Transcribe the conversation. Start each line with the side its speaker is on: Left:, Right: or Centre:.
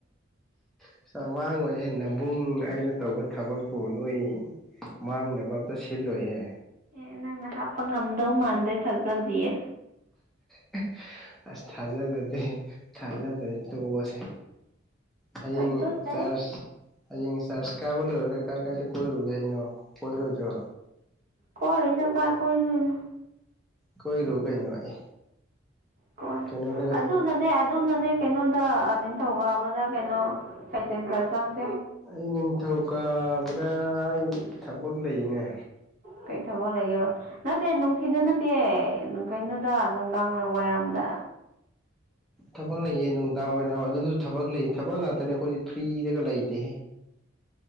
Centre: ꯄꯩꯁꯥ ꯃꯥꯡꯑꯣꯏꯍꯦ ꯅꯕꯨꯡ ꯑꯩꯅ ꯇꯧꯕ ꯊꯕꯛ ꯄꯨ ꯅꯣꯏ ꯃꯥꯡꯅꯕ ꯑꯝꯇ ꯁꯤꯜꯂꯣꯏꯍꯦ
Right: ꯑꯦ ꯅꯪꯅ ꯍꯥꯞꯄ ꯉꯝꯗꯧ ꯃꯥꯟꯗꯦ ꯊꯥꯖꯗꯤꯌꯦ
Centre: <inaudible> ꯑꯁ ꯊꯥꯖꯗꯗꯤ ꯊꯥꯖꯗꯗꯤ ꯇꯣꯛꯑꯣꯁꯦ ꯍꯌꯦꯡ
Right: ꯊꯥꯖꯗꯦ
Centre: ꯆꯥꯔꯁꯤ ꯍꯌꯦꯡ ꯆꯥꯔꯖ ꯀꯥꯕ ꯂꯣꯏꯔꯒ ꯀꯥꯏ ꯀꯥꯏꯗ ꯀꯣꯏꯔꯨꯒꯦ ꯍꯥꯏꯅꯣ ꯀꯣꯏꯔꯣꯏꯗ꯭ꯔꯣ
Right: ꯀꯣꯏꯔꯣꯏꯗ ꯀꯥꯏ ꯀꯣꯏꯗꯣꯏꯅꯣ
Centre: ꯀꯣꯏꯔꯣ ꯀꯩꯅꯣ ꯑꯦ
Right: ꯀꯣꯏ
Centre: ꯀꯩꯅꯣꯗꯨꯗ
Right: ꯑꯗꯨꯅꯅꯦ ꯑꯗꯨꯅꯅꯦ ꯀꯩꯅꯣꯗ ꯅꯤꯡꯊꯧ ꯀꯥꯕꯗ ꯀꯩꯅꯣ ꯁꯩꯊꯦꯟ ꯆꯔꯁ ꯆꯪ
Centre: ꯑꯩ ꯅꯤꯡꯊꯧꯀꯥꯕꯗ ꯑꯩ ꯊꯕꯛ ꯂꯩꯅꯦ
Right: ꯀꯩ ꯊꯕꯛꯂꯩꯒꯦꯕ ꯅꯠꯇꯦ ꯅꯨꯡꯊꯤꯟꯗ ꯅꯠꯇꯦ ꯀꯩꯅꯣꯗ ꯅꯨꯡ ꯅꯨꯡꯗꯥꯡ ꯋꯥꯏꯔꯝꯗ
Centre: ꯊꯕꯛ ꯂꯩꯌꯦ ꯅꯨꯡꯗꯥꯡ ꯋꯥꯏꯔꯝ ꯑꯗꯨꯁꯨ ꯊꯕꯛ ꯂꯩ ꯊꯕꯛ ꯉꯥꯛꯇꯅꯦ ꯑꯈꯣꯏꯗꯤ ꯐ꯭ꯔꯤꯗꯒ ꯂꯩꯇꯦꯍꯦ